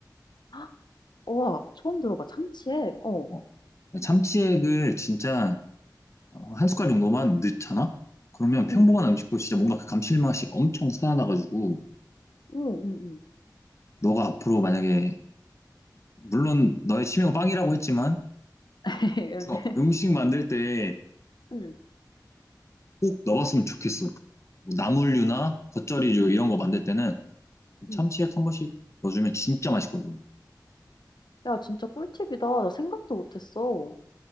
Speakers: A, on the left (about 90°); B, on the left (about 40°).
A: <gasps> 아, 와, 처음 들어봐. 참치액. 어.
B: 어, 참치액을 진짜 어, 한 숟갈 정도만 넣잖아? 그러면 평범한
A: 응,
B: 음식도 진짜 뭔가 그 감칠맛이 엄청 살아나가지고
A: 응, 응, 응.
B: 너가 앞으로 만약에 물론 너의 취미가 빵이라고 했지만
A: <laughs>
B: 그래서 음식 만들 때
A: 응. 응.
B: 꼭 넣어봤으면 좋겠어. 뭐 나물류나 겉절이류
A: 응,
B: 이런 거 만들 때는
A: 응.
B: 참치액 한 번씩 넣어주면 진짜 맛있거든.
A: 야, 진짜 꿀팁이다. 나 생각도 못했어.